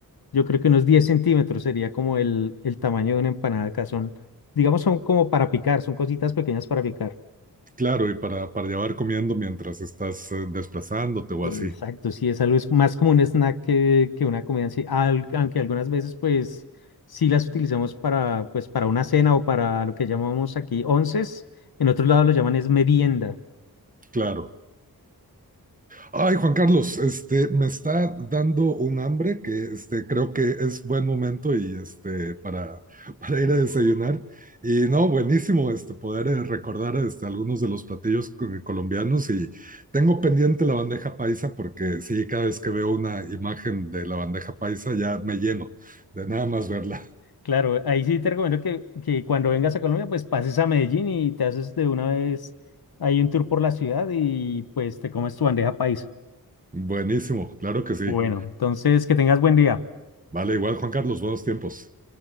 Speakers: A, on the left; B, on the right.
A: yo creo que unos 10 centímetros sería como el, el tamaño de una empanada acá, son, digamos, son como para picar, son cositas pequeñas para picar.
B: Claro, y para, para llevar comiendo mientras estás eh, desplazándote o
A: Exacto,
B: así.
A: sí, es algo es más como un snack que, que una comida en sí, al- aunque algunas veces pues sí las utilizamos para pues para una cena o para lo que llamamos aquí onces, en otros lados lo llaman es merienda.
B: Claro. Ay, Juan Carlos, este, me está dando un hambre que este, creo que es buen momento y este, para, para ir a desayunar. Y no, buenísimo este, poder eh, recordar este, algunos de los platillos co- colombianos y tengo pendiente la bandeja paisa porque sí, cada vez que veo una imagen de la bandeja paisa ya me lleno de nada más verla.
A: Claro, ahí sí te recomiendo que, que cuando vengas a Colombia pues pases a Medellín y te haces de una vez ahí un tour por la ciudad y pues te comes tu bandeja paisa.
B: Buenísimo, claro que sí.
A: Bueno, entonces que tengas buen día.
B: Vale, igual Juan Carlos, buenos tiempos.